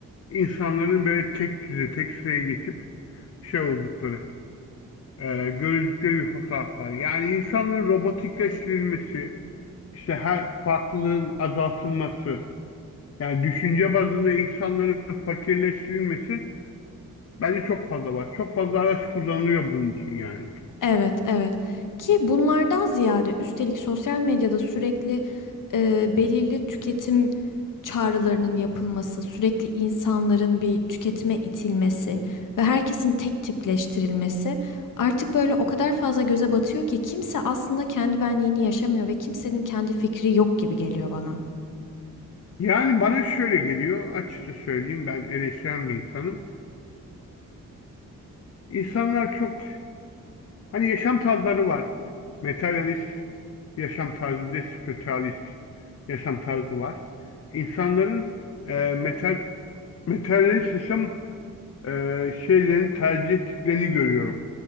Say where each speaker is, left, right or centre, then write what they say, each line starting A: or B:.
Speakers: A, on the left; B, on the left.
A: insanların böyle tek düze tek sıraya geçip şey oldukları e, görüldükleri bir fotoğraf var. Yani insanların robotikleştirilmesi işte her farklılığın azaltılması yani düşünce bazında insanların fakirleştirilmesi bence çok fazla var. Çok fazla araç kullanılıyor bunun için yani.
B: Evet, evet. Ki bunlardan ziyade üstelik sosyal medyada sürekli e, belirli tüketim çağrılarının yapılması, sürekli insanların bir tüketime itilmesi ve herkesin tek tipleştirilmesi artık böyle o kadar fazla göze batıyor ki kimse aslında kendi benliğini yaşamıyor ve kimsenin kendi fikri yok gibi geliyor bana.
A: Yani bana şöyle geliyor açıkça söyleyeyim ben eleştiren bir insanım. İnsanlar çok hani yaşam tarzları var. Materyalist yaşam tarzı bir de spiritualist yaşam tarzı var. İnsanların e, metal, materyalist yaşam e, şeylerin tercih ettiklerini görüyorum.